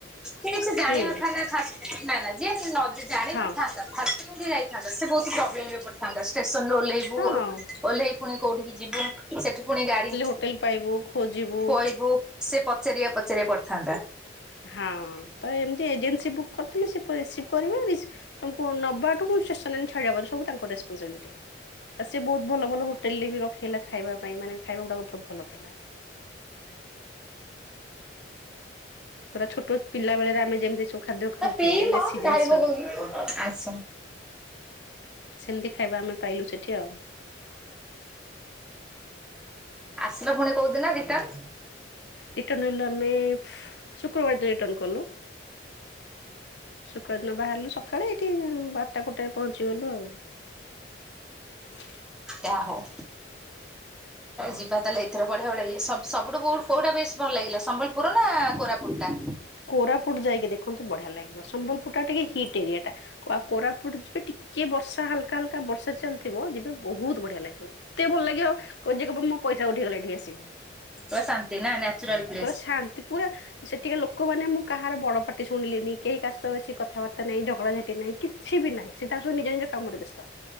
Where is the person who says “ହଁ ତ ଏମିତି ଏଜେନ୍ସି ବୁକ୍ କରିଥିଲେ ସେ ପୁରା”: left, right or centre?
Left